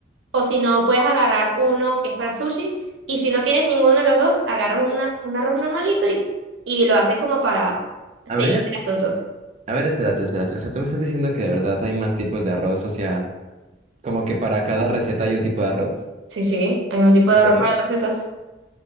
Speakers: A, on the right (about 85°); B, on the right (about 35°).
A: o si no, puedes agarrar uno que es para sushi, y si no tienes ninguno de los dos, agarras una, un arroz normalito y, y lo haces como para seguir
B: A ver,
A: el asunto. ¿ok?
B: a ver, espérate, espérate. O sea, tú me estás diciendo que de verdad hay más tipos de arroz, o sea, como que para cada receta hay un tipo de arroz.
A: Sí, sí, hay un tipo de
B: ¿En
A: arroz
B: serio?
A: para las recetas.